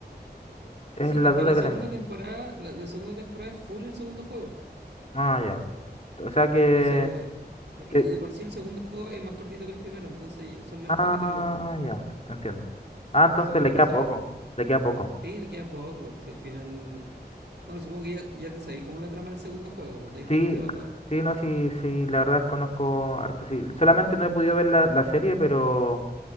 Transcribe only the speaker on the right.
Sí,
es
que la segunda
temporada, la, la segunda temporada es full el segundo juego.
Entonces, y
de por sí el segundo juego es más cortito que el primero, entonces son menos
capítulos igual.
Entonces va
por
esa
onda.
Sí, le queda poco. Si al final. Bueno, supongo que ya, ya te sabéis cómo es la trama del segundo juego, pues sabéis
por dónde va
todo.